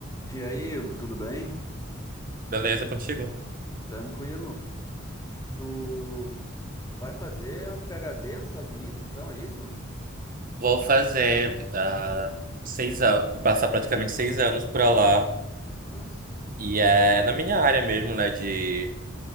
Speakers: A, on the left; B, on the right.
A: E aí, Ivo, tudo bem?
B: Beleza, contigo?
A: Tranquilo? Tu, tu vai fazer um PhD nos Estados Unidos, então, é isso?
B: Vou fazer ah, seis anos, passar praticamente seis anos pra lá.
A: Massa.
B: E é na minha área mesmo, né? De,